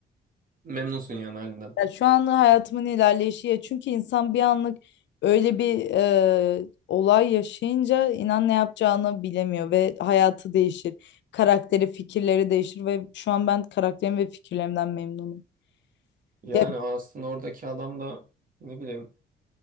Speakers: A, on the right; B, on the left.
A: Memnunsun yani halinden.
B: Ya şu an hayatımın ilerleyişi ya çünkü insan bir anlık öyle bir e, olay yaşayınca inan ne yapacağını bilemiyor ve hayatı değişir. Karakteri, fikirleri değişir ve şu an ben karakterim ve fikirlerimden memnunum.
A: Yani
B: Ya
A: aslında oradaki adam da ne bileyim